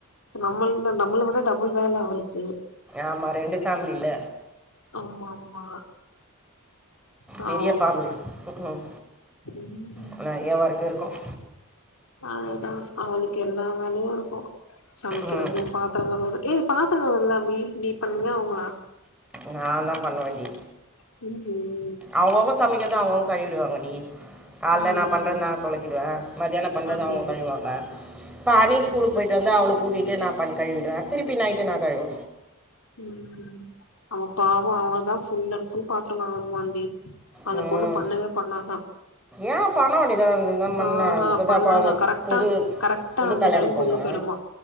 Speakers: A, on the left; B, in the centre.
A: நம்மள்ள நம்மள விட டபுள் வேல அவளுக்கு
B: ஆமா ரெண்டு ஃபேமிலி இல்ல
A: ஆமா ஆமா பாவோ
B: பெரிய ஃபாமிலி ம்
A: ம்
B: க்கு நறையா ஒர்க்கு இருக்கும்
A: அதுதா அவளுக்கு எல்லா வேலையும் இருக்கும் சமைக்கிறது
B: ம்,
A: பா தங்கமயிலு ஏ இது பாத்தாங்கலாம் இல்ல அபி நீ பண்ணீங்க அவங்களா
B: நாந்தான் பண்ணுவன்டி
A: ம்
B: அவுங்கவுங்க சமைக்கறத அவுங்கவங்க கழிவிடுவாங்கடி கால்ல
A: ம்
B: நா பண்றன்னா தொலக்கிடுவே மதியானம் பண்றத
A: ஓகே
B: அவுங்க
A: ஓகே
B: கழுவாங்க பாணி ஸ்கூலுக்
A: ம்
B: போயிட்டு வந்து அவள கூட்டிட்டு நா பா கழுவிடுவன் திருப்பி நைட்டு நான கழுவ
A: ம் அவ பாவம் அவதான் ஃபுல் அண்ட் ஃபுல் பாத்திரம் கழுவுனுமாண்டி அந்த
B: ம்
A: பொண்ணு பண்ணவே பண்ணாதா
B: ஏன் பண்ண வேண்டியதானே இந்த பண்ண
A: ஆ
B: இப்போ தான்
A: பண்ணாதா
B: குழந்த
A: கரட்டா
B: புது
A: கரக்ட்டா
B: புது
A: அந்த
B: கல்யாண
A: டைம்க்கு
B: பொண்ணா
A: உள்ள போயி்டுமா